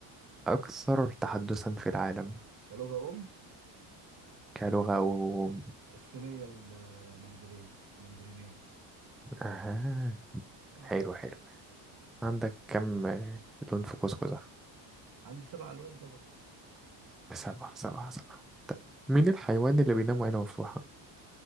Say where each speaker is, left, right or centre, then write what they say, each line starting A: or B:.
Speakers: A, in the centre; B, on the right.
A: الأكثر تحدثا في العالم
B: كلغه ام
A: كلغة و
B: الصينية المندرية المندرينية
A: أها
B: أنا
A: حلو
B: عارف
A: حلو عندك كم لون في قوس قزح
B: عندي سبع ألوان طبعا
A: سبعة سبعة سبعة طب مين الحيوان اللي بينام وعينه مفتوحة؟